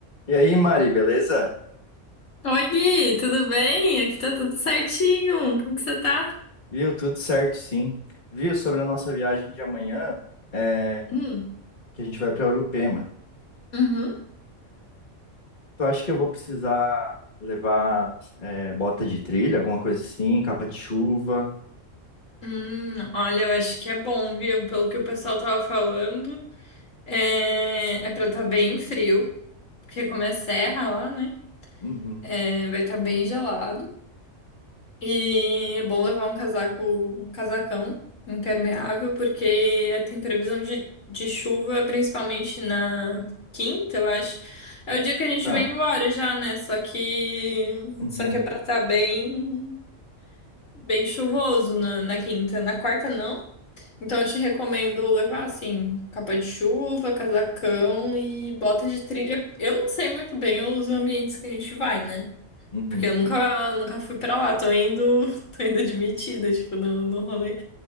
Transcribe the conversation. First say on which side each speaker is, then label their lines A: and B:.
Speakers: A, on the left; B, on the left.
A: E aí, Mari, beleza?
B: Oi, Gui, tudo bem? Aqui tá tudo certinho. Como que você tá?
A: Viu? Tudo certo, sim. Viu? Sobre a nossa viagem de amanhã, é,
B: Hum,
A: que a gente vai para Urupema.
B: uhum.
A: Tu acha que eu vou precisar levar é, bota de trilha, alguma coisa assim, capa de chuva?
B: Hum, olha, eu acho que é bom, viu? Pelo que o pessoal tava falando, é, é pra tá bem frio, porque como é serra lá, né?
A: Uhum.
B: É, vai estar tá bem gelado. E é bom levar um casaco, um casacão impermeável, porque tem previsão de, de chuva, principalmente na quinta, eu acho. É o dia que a gente
A: Tá.
B: vem embora já, né? Só que,
A: Uhum.
B: só que é pra estar bem, bem chuvoso na, na quinta. Na quarta, não. Então eu te recomendo levar, assim, capa de chuva, casacão
A: Uhum.
B: e bota de trilha. Eu não sei muito bem os ambientes que a gente vai, né?
A: Uhum.
B: Porque eu nunca, nunca fui pra lá, tô indo, <laughs> tô indo admitida, tipo, no, no rolê.